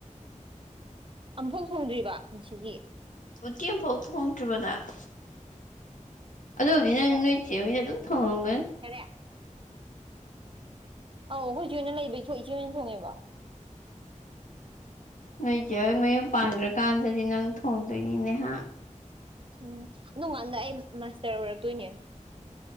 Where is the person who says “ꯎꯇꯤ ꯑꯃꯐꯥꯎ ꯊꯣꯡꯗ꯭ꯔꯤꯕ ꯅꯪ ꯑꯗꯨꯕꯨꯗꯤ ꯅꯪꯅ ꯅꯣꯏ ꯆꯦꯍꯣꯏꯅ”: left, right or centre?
Left